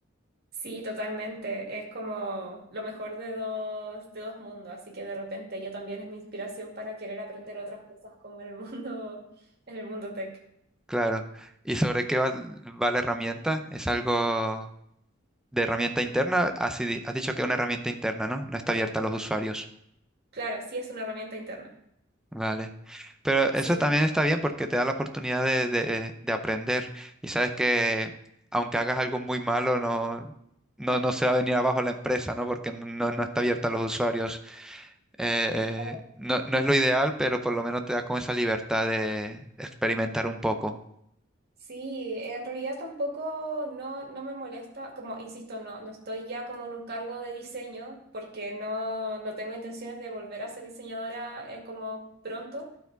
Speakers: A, on the right; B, in the centre.
A: Sí, totalmente. Es como lo mejor de dos, de dos mundos, así que de repente ella también es mi inspiración para querer aprender otras cosas como en el mundo, <laughs> en el mundo tech.
B: claro. ¿Y sobre qué va, va la herramienta? ¿Es algo de herramienta interna? Así, di- has dicho que es una herramienta interna, ¿no? No está abierta a los usuarios.
A: Claro, sí es una herramienta interna.
B: Vale. Pero
A: Sí,
B: eso también está bien porque te da la oportunidad de, de- de aprender y sabes que aunque hagas algo muy malo, no, no, no se va a venir abajo la empresa, ¿no? Porque no, no está abierta a los usuarios. Eh,
A: claro.
B: eh, no, no es lo ideal, pero por lo menos te da como esa libertad de experimentar un poco.
A: Sí, en realidad tampoco no, no me molesta, como insisto, no, no estoy ya como en un cargo de diseño porque no, no tengo intenciones de volver a ser diseñadora eh, como pronto.